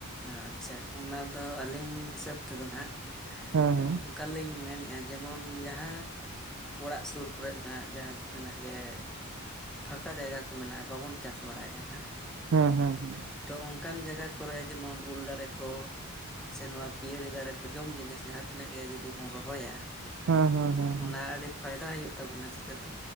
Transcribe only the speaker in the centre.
ᱟᱪᱷᱟ ᱚᱱᱟ ᱫᱚ ᱟᱹᱞᱤᱧ ᱦᱤᱥᱟᱹᱵ ᱛᱮᱫᱚ ᱟᱸᱜ
ᱚᱱᱠᱟᱞᱤᱧ ᱢᱮᱱᱮᱫᱼᱟ ᱡᱮᱢᱚᱱ ᱡᱟᱦᱟᱸ ᱚᱲᱟᱜ ᱥᱩᱨ ᱠᱚᱨᱮᱫ ᱱᱟᱦᱟᱜ ᱡᱟᱦᱟᱸᱛᱤᱱᱟᱹᱜ ᱜᱮᱻ ᱯᱷᱟᱸᱠᱟ ᱡᱟᱭᱜᱟ ᱠᱚ ᱢᱮᱱᱟᱜᱼᱟ ᱵᱟᱵᱚᱱ ᱪᱟᱥ ᱵᱟᱲᱟᱭᱮᱫᱼᱟ ᱦᱟᱸᱜ
ᱛᱚ ᱚᱱᱠᱟᱱ ᱡᱟᱭᱜᱟ ᱠᱚᱨᱮ ᱡᱮᱢᱚᱱ ᱩᱞ ᱫᱟᱨᱮ ᱠᱚᱻ ᱥᱮ ᱱᱚᱣᱟ ᱯᱤᱭᱟᱹᱨᱤ ᱫᱟᱨᱮ ᱠᱚ ᱡᱚᱢ ᱡᱤᱱᱤᱥ ᱡᱟᱦᱟᱸ ᱛᱤᱱᱟᱹᱜ ᱜᱮ ᱡᱩᱫᱤ ᱵᱚᱱ ᱨᱚᱻ ᱻᱦᱚᱭᱟ
ᱚᱱᱟ ᱟᱹᱰᱤ ᱯᱷᱟᱭᱫᱟ ᱦᱩᱭᱩᱜ ᱛᱟᱵᱚᱱᱟ ᱪᱤᱠᱟᱹᱛᱮ